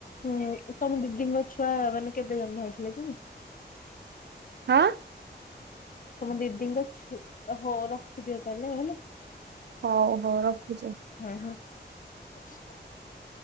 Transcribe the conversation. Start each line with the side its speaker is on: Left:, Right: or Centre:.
Left: ହୁଁ ତମ ଦିଦିଙ୍କ ଛୁଆ ମାନେ କେବେ ଜନ୍ମ ଅଥିଲେ ତ
Right: ହାଁ <inaudible>
Left: ତମ ଦିଦିଙ୍କଛ ହଉ ରଖିଦିଅ ତାହେଲେ ହେଲେ
Right: ହଉ ହଉ ରଖୁଛିେ,
Left: ହେଲା। <unintelligible>